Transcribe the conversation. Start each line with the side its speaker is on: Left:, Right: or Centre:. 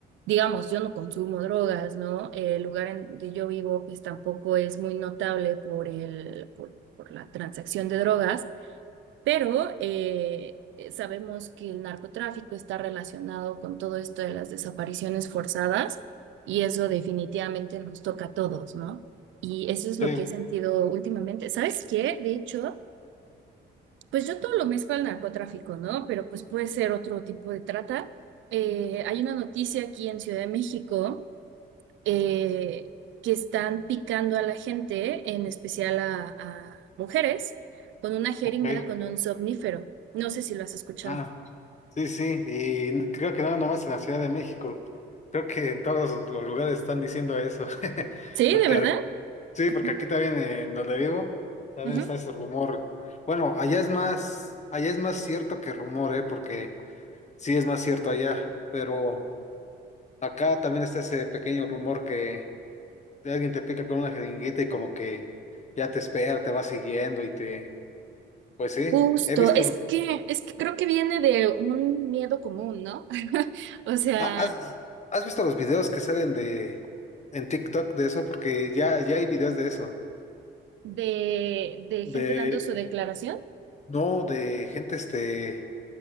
Right: digamos, yo no consumo drogas, ¿no? El lugar en donde yo vivo pues tampoco es muy notable por el, por por la transacción de drogas. Pero eh, eh, sabemos que el narcotráfico está relacionado con todo esto de las desapariciones forzadas y eso definitivamente nos toca a todos, ¿no? Y eso es lo
Left: sí,
Right: que he sentido últimamente. ¿Sabes qué? De hecho, pues yo todo lo mezclo al narcotráfico, ¿no? Pero pues puede ser otro tipo de trata. Eh, hay una noticia aquí en Ciudad de México eh, que están picando a la gente, en especial a, a mujeres, con una jeringa,
Left: ok.
Right: con un somnífero. No sé si lo has escuchado.
Left: Ah, sí, sí, y creo que no nomás en la Ciudad de México. Creo que en todos los lugares están diciendo eso, <laughs>
Right: ¿Sí?
Left: porque
Right: ¿De verdad?
Left: Sí,
Right: Ujú,
Left: porque aquí también en donde vivo, también
Right: ujú.
Left: está ese rumor. Bueno, allá es más, allá es más cierto que rumor, ¿eh? Porque sí es más cierto allá, pero acá también está ese pequeño rumor que alguien te pica con una jeringuita y como que ya te espera, te va siguiendo y te... Pues sí,
Right: Justo,
Left: he visto.
Right: es que, es que creo que viene de un miedo común, ¿no? <laughs> O sea,
Left: Ah, ¿has, has visto los videos que salen de en TikTok de eso? Porque ya, ya hay videos de eso.
Right: de, de
Left: De,
Right: gente dando su declaración.
Left: no, de gente este